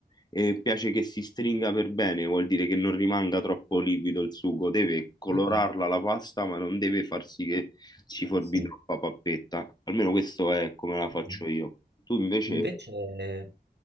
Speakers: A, on the left; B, on the right.
A: e piace che si stringa per bene, vuol dire che non rimanga troppo liquido il sugo, deve colorarla
B: mhm,
A: la pasta, ma non deve far sì che ci forbi
B: Sì.
A: troppa pappetta. Almeno questo è come la faccio
B: Mhm.
A: io. Tu invece
B: Invece